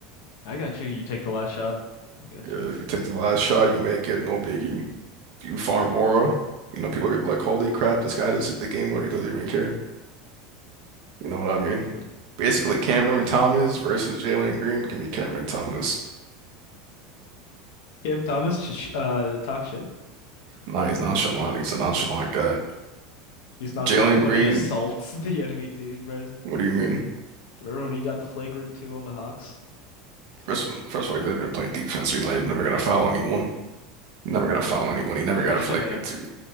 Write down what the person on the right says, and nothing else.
Yeah,
you take the last shot, you make it, no biggie. You farm aura. You know, people are going to be like, holy crap, this guy just hit the game winner, doesn't even care. You know what
I mean?
Basically, Cameron Thomas versus Jalen Green. Give me Cameron Thomas.
Nah, he's nonchalant. He's a nonchalant guy.
Jalen Green,
what do you mean?
First, first of all, he didn't even play defense. He's like, never gonna foul anyone. Never gonna foul anyone.
He never
got a flagrant
two.